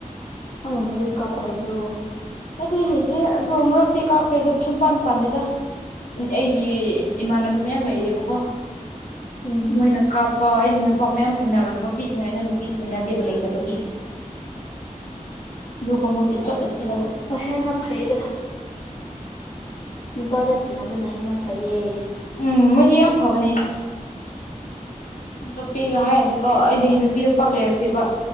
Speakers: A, on the left; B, on the left.
A: ꯑꯃ ꯅꯣꯔꯤ ꯀꯄ ꯏꯕ꯭ꯔꯣ
B: ꯑꯩꯗꯤ ꯍꯩꯇꯦ ꯑꯗꯨ ꯑꯃꯨꯔꯛꯇꯤ ꯀꯥꯞꯈ꯭ꯔꯦ ꯑꯗꯨ ꯁꯨꯡꯄꯥꯟ ꯄꯥꯟꯗꯦꯗ ꯑꯩꯒꯤ ꯏꯃꯥꯟꯅꯕ ꯃꯌꯥꯝ ꯂꯩꯔꯤꯑꯕꯀꯣ
A: ꯎꯝ
B: ꯃꯣꯏꯅ ꯀꯥꯞ ꯄ ꯑꯩꯗꯤ ꯅꯨꯄꯥ ꯃꯌꯥꯝ ꯇꯤꯟꯅꯔꯛꯄ ꯄꯤꯛꯏꯉꯥꯏꯗ ꯅꯨꯄꯤ ꯇꯤꯟꯅꯗꯦꯕ ꯂꯩꯇꯕꯒꯤ ꯀꯃꯒꯤ ꯆꯠꯂ ꯆꯂꯒ
A: ꯍꯦꯟꯅ ꯐꯩꯌꯦꯗ ꯅꯨꯄꯥꯗ ꯇꯤꯟꯅꯕꯅ ꯍꯦꯟꯅ ꯐꯩꯌꯦ
B: ꯎꯝ ꯃꯣꯏꯁꯦ ꯌꯥꯝ ꯐꯕꯅꯦ ꯅꯨꯄꯤꯦꯒ ꯍꯥꯏꯔꯗꯤꯀꯣ ꯑꯩꯗꯤ ꯅꯨꯄꯤꯗꯣ ꯄꯥꯛ ꯂꯩꯔꯛꯇꯦꯕ